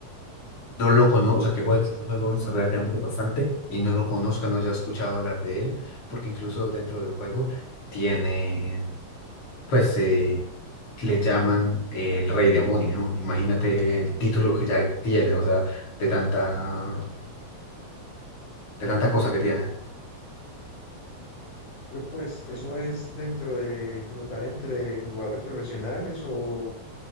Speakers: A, on the left; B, on the left.
A: no lo conozca, o sea, que juegue este juego relativamente bastante y no lo conozca, no haya escuchado hablar de él, porque incluso dentro del juego tiene, pues, eh, le llaman el Rey Demonio. Imagínate el título que ya tiene, o sea, de tanta, de tanta cosa que tiene.
B: Pero pues, ¿eso es dentro de, como tal, entre jugadores profesionales o,